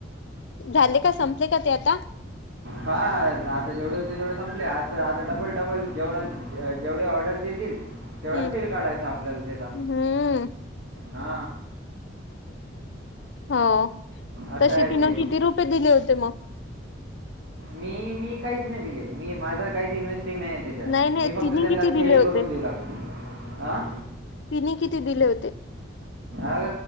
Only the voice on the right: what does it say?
हा आता जेवढे होते तेवढे संपले आ आता डबल डबल जेवढ जेवढे ऑर्डर्स येतील तेवढा
सेल काढायच आपल्याला तेथ
हा
असं
आहे
ते
मी मी काहीच नाही दिले मी माझा काहीच इन्व्हेस्टिंग नाही आहे त्याच्यात
मी फक्त
त्यांना
सेल
करून देऊ लागलो आह
अग